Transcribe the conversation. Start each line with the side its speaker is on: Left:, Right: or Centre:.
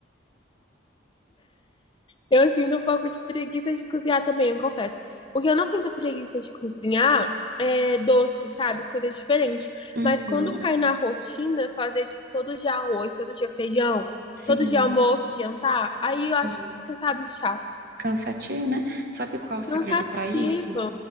Left: eu sinto um pouco de preguiça de cozinhar também, eu confesso. O que eu não sinto preguiça de cozinhar é doce, sabe? Coisas diferentes.
Right: Uhum,
Left: Mas quando cai na rotina, fazer, tipo, todo dia arroz, todo dia feijão,
Right: sim,
Left: todo dia almoço, jantar, aí eu acho
Right: sim.
Left: que fica, sabe, chato.
Right: Cansativo, né? Sabe qual é o segredo
Left: Cansativo.
Right: para isso?